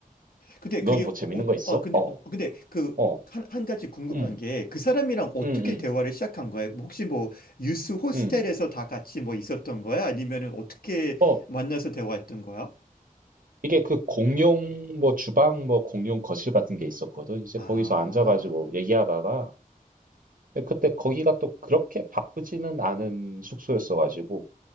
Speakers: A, on the left (about 85°); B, on the right (about 70°).
A: 근데
B: 넌
A: 그게 어,
B: 뭐 재밌는 거 있어?
A: 어 근데
B: 어
A: 어, 근데 그
B: 어.
A: 한, 한 가지 궁금한
B: 음,
A: 게 그 사람이랑 어떻게
B: 음, 음,
A: 대화를 시작한 거예요? 혹시 뭐 유스 호스텔에서
B: 음.
A: 다 같이 뭐 있었던 거야? 아니면은 어떻게
B: 어,
A: 만나서 대화했던 거야?
B: 이게 그 공용 뭐 주방 뭐 공용 거실 같은 게 있었거든. 이제
A: 아,
B: 거기서 앉아가지고 얘기하다가 그때 거기가 또 그렇게 바쁘지는 않은 숙소였어가지고